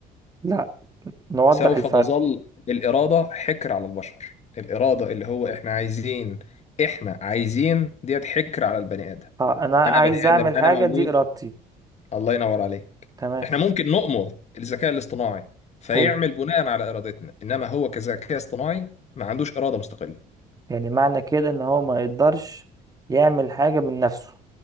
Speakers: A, on the right; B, on the left.
A: لا نوضح
B: سوف
A: الفرق
B: تظل الإرادة حكر على البشر الإرادة اللي هو احنا عايزين احنا عايزين ديت حكر على البني آدم
A: اه انا عايز
B: أنا بني
A: اعمل
B: آدم
A: حاجة
B: أنا موجود
A: دي ارادتي
B: الله ينور عليك
A: تمام
B: احنا ممكن نؤمر الذكاء الاصطناعي فيعمل
A: حلو
B: بناء على ارادتنا انما هو كذكاء اصطناعي ما عندوش اراده مستقله
A: يعني معنى كده ان هو ما يقدرش يعمل حاجة من نفسه